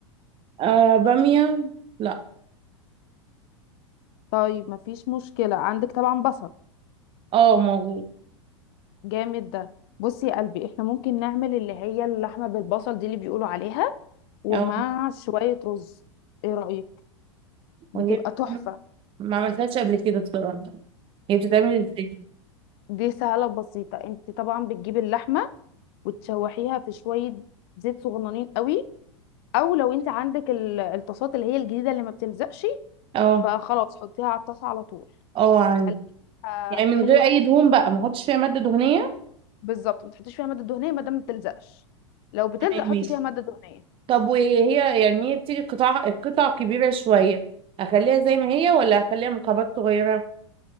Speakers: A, on the right; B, on the left.
A: آه بامية لا
B: طيب مفيش مشكلة عندك طبعا بصل
A: اه موجود
B: جامد ده بصي يا قلبي احنا ممكن نعمل اللي هي اللحمة بالبصل دي اللي بيقولوا عليها ومع
A: اه
B: شوية رز ايه رأيك
A: وهي
B: بتبقى
A: بتتعمل-
B: تحفة
A: ما عملتهاش قبل كده بصراحة هي بتتعمل ازاي
B: دي سهلة وبسيطة انت طبعا بتجيبي اللحمة وتشوحيها في شوية زيت صغننين قوي او لو انت عندك ال- الطاسات اللي هي الجديدة اللي ما بتلزقش
A: اه
B: فخلاص حطيها على الطاسة على طول
A: اه عندي
B: خليها
A: يعني من
B: حلوة
A: غير اي دهون بقى ما احطش فيها مادة دهنية
B: بالظبط ما تحطيش فيها مادة دهنية ما دام ما بتلزقش لو بتلزق
A: تمام
B: حطي
A: ماشي
B: فيها مادة دهنية
A: طب وهي يعني هي بتيجي قطع قطع كبيرة شوية اخليها زي ما هي ولا اخليها مكعبات صغيرة